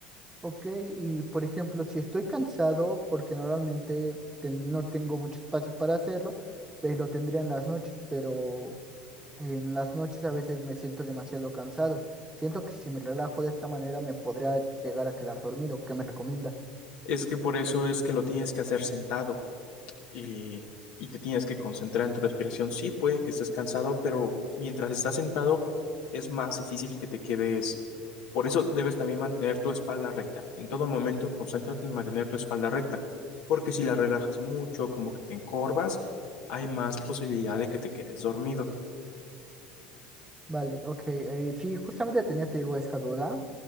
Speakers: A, on the right; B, on the left.
A: Ok, y por ejemplo, si estoy cansado, porque normalmente ten- no tengo mucho espacio para hacerlo, pues lo tendría en las noches, pero en las noches a veces me siento demasiado cansado. Siento que si me relajo de esta manera me podría llegar a quedar dormido. ¿Qué me recomiendas?
B: Es que por eso es que lo tienes que hacer sentado. y, y te tienes que concentrar en tu respiración. Sí, puede que estés cansado, pero mientras estás sentado es más difícil que te quedes. Por eso debes también mantener tu espalda recta. En todo momento, concéntrate en mantener tu espalda recta, porque si la relajas mucho, como que te encorvas, hay más posibilidad de que te quedes dormido.
A: Vale, ok. eh, sí, justamente tenía, te digo, esa duda.